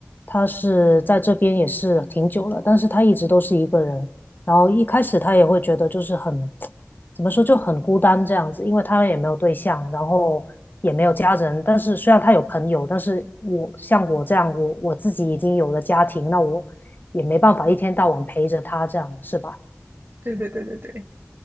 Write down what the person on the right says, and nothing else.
对对对对对，